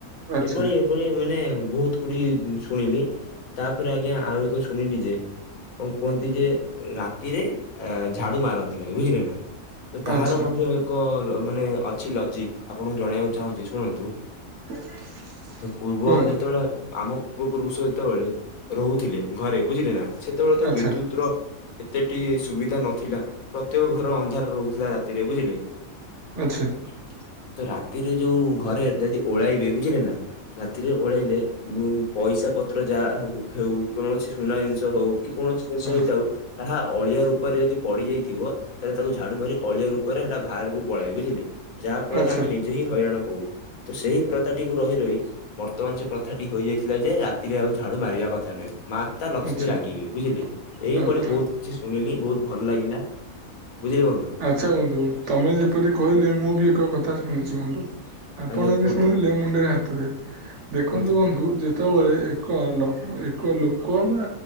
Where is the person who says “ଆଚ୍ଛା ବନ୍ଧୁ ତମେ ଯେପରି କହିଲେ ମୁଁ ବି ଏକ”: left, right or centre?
Right